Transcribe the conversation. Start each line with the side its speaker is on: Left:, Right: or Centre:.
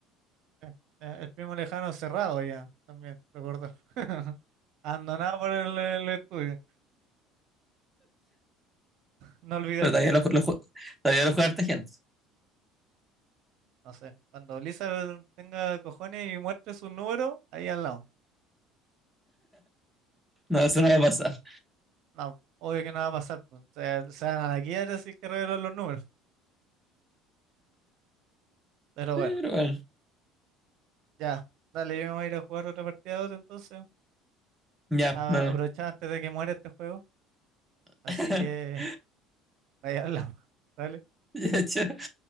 Right: eh, eh, el primo lejano cerrado ya, también, recuerdo. <laughs> Abandonado por el, el estudio, no olvidar,
Centre: Pero todavía lo, ju- lo ju- todavía lo juega harta gente.
Right: no sé. Cuando Lisa tenga cojones y muestre su número, ahí al lado.
Centre: No, eso no va a pasar. Sí,
Right: No, obvio que no va a pasar, pues. O sea, se van a la quiebra si es que revelan los números. Pero
Centre: pero
Right: bueno,
Centre: bueno.
Right: ya. Dale, yo me voy a ir a jugar otra partida de otro entonces.
Centre: Ya,
Right: A
Centre: no.
Right: aprovechar antes de que muera este juego.
Centre: <laughs>
Right: Así que <laughs> ahí hablamos. Dale,
Centre: Ya, chao.